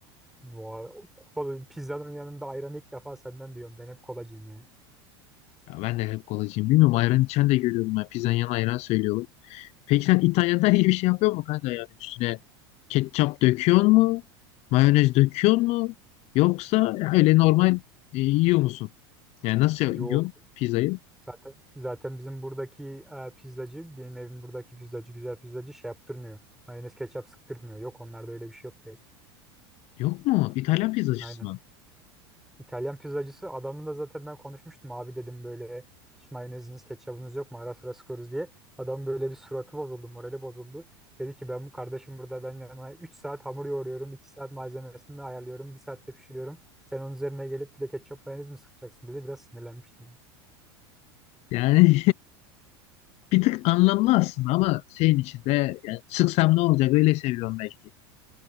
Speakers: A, in the centre; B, on the left.
A: Vay, o kola- pizzanın yanında ayranı ilk defa senden diyorum ben hep kolacıyım ya.
B: Ya ben de hep kolacıyım. Bilmiyorum ayran içen de görüyorum. Ben pizzanın yanına ayran söylüyorlar. Peki sen İtalyanlar <laughs> iyi bir şey yapıyor mu kanka yani üstüne ketçap döküyor mu? Mayonez döküyor mu? Yoksa öyle normal e, yiyor musun? Yani nasıl
A: Yok
B: yiyorsun pizzayı?
A: zaten zaten bizim buradaki e, pizzacı benim evim buradaki pizzacı güzel pizzacı şey yaptırmıyor. Mayonez ketçap sıktırmıyor yok onlarda öyle bir şey yok direkt.
B: Yok mu? İtalyan pizzacısı
A: Aynen
B: mı?
A: İtalyan pizzacısı adamla da zaten ben konuşmuştum abi dedim böyle hiç mayoneziniz ketçabınız yok mu ara sıra sıkıyoruz diye. Adam böyle bir suratı bozuldu morali bozuldu. Dedi ki ben bu kardeşim burada ben yana 3 saat hamur yoğuruyorum 2 saat malzemesini de ayarlıyorum bir saatte pişiriyorum. Sen onun üzerine gelip bir de ketçap mayonez mi sıkacaksın dedi biraz sinirlenmiştim.
B: Yani <laughs> bir tık anlamlı aslında ama şeyin içinde yani sıksam ne olacak öyle seviyorum belki.